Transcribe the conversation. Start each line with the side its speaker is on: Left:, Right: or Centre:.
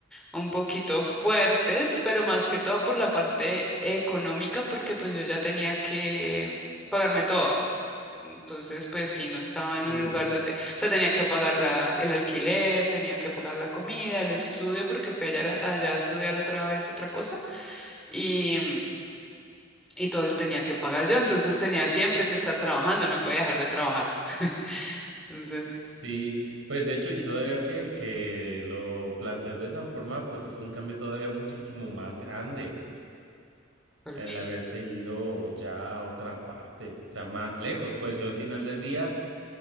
Centre: un poquito fuertes, pero más que todo por la parte económica, porque pues yo ya tenía que pagarme todo. Entonces, pues sí, no estaba en
Right: sí.
Centre: un lugar donde, o sea, tenía que pagar la, el alquiler, tenía que pagar la comida, el estudio, porque fui allá, allá a estudiar otra vez otra cosa y, y todo lo tenía que pagar yo, entonces tenía siempre que estar trabajando, no podía dejar de trabajar. <laughs> Entonces,
Right: Sí, pues de hecho, y todavía que, que lo planteas de esa forma, pues es un cambio todavía muchísimo más grande
Centre: por-
Right: el haberse ido ya a otra parte, o sea, más lejos, pues yo al final del día,